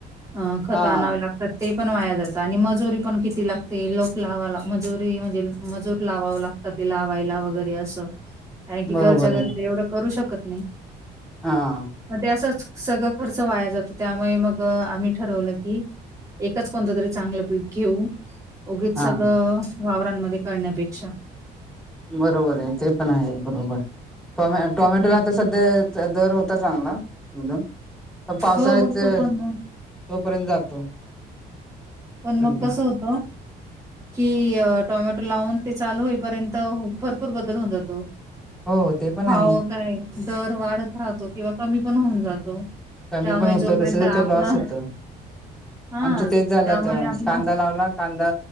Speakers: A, on the right (about 20°); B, in the centre.
A: ह खता
B: हा
A: आणनावे लागत. तर ते पण वाया जातं आणि मजुरी पण किती लागते लोक लावा मजुरी म्हणजे मजूर लावा लाग. तर ते लावायला वगैरे असं कारण की
B: बरोबर
A: घरच्या घरी
B: आहे
A: तर एवढं करू शकत नाही.
B: हा.
A: मग ते असंच सगळं खर्च वाया जातो त्यामुळे मग आम्ही ठरवलं की एकच कोणतं तरी चांगलं पीक घेऊ उगीच
B: हा
A: सगळं वावरांमध्ये करण्यापेक्षा
B: बरोबर आहे ते पण आहे बरोबर टॉम टोमॅटोला
A: हम्म.
B: आता सध्या दर होता चांगला एकदम पण पावसाळ्याचे
A: हो हो तो पण मग
B: तोपर्यंत जातो.
A: पण मग
B: एकदम
A: कसं होतं. कि टोमॅटो लावून ते चालू होईपर्यंत भरपूर बदल होऊन जातो.
B: हो ते पण
A: भाव
B: आहे
A: काय दर वाढत राहतो किंवा कमी पण होऊन जातो.
B: कमी
A: त्यामुळे
B: पण होत
A: जोपर्यंत
B: तसच
A: आपलं
B: ते लॉस होत
A: हां
B: आमचं तेच झालं.
A: त्यामुळे आपलं
B: कांदा लावला कांदा